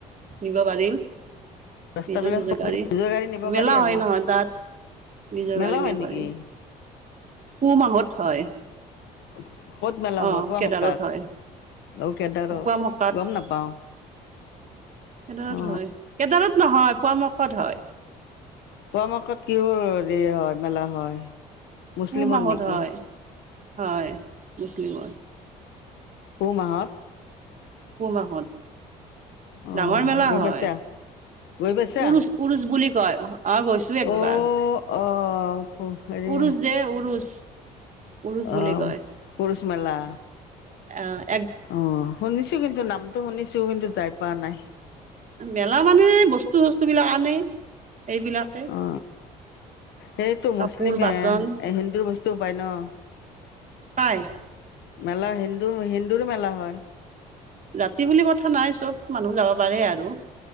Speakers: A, on the right; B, on the left.
A: নিব পাৰিল
B: ৰাস্তাবিলাক
A: নিজৰ নিজৰ
B: সৰু
A: গাড়ী
B: নিজৰ নিব
A: মেলা
B: পাৰি আৰু
A: হয় নহয় তাত নিজৰ
B: মেলা
A: গাড়ী
B: হয়
A: নিব
B: নেকি
A: পাৰি। পুহ মাহত হয়।
B: <unintelligible>
A: অ'
B: হয় পোৱামক্কাত
A: কেদাৰত হয়,
B: অ কেদাৰত
A: কুৱা মকাত
B: গম
A: কেদাৰত
B: নাপাওঁ অ
A: হয় কেদাৰত নহয়। কোৱা মকদ হয়।
B: পোৱা মক্কাত কিহোৰ হেৰি হয় মেলা হয়? <inaudible> মুছলিমৰ
A: পুহ মাহত
B: নেকি
A: হয়, হয় মুছলিমৰ।
B: পুহ মাহত।
A: পুহ মাহত।
B: অ
A: ডাঙৰ মেলা
B: গৈ
A: হয়,
B: পাইছা গৈ পাইছা
A: উৰুচ - উৰুচ বুলি <unintelligible> অঁ, গৈছো একবাৰ।
B: অ অ'। হেৰি
A: উৰুষ যে উৰুষ। উৰুষ
B: অ
A: বুলি কয়।
B: পুৰুষ মেলা।
A: অ'।
B: অ' শুনিছো কিন্তু নামটো শুনিছো। কিন্তু যাই পোৱা নাই।
A: মেলা মানে বস্তু চস্তু বিলাক আনে। এইবিলাকে
B: অ। সেইটো
A: কাপোৰ
B: মুছলিমে
A: বাচন
B: হিন্দুৰ বস্তু তোপাই ন?
A: পায়।
B: মেলা হিন্দু হিন্দুৰ মেলা হয়।
A: জাতি বুলি কথা নাই চব মানুহ যাব পাৰে আৰু।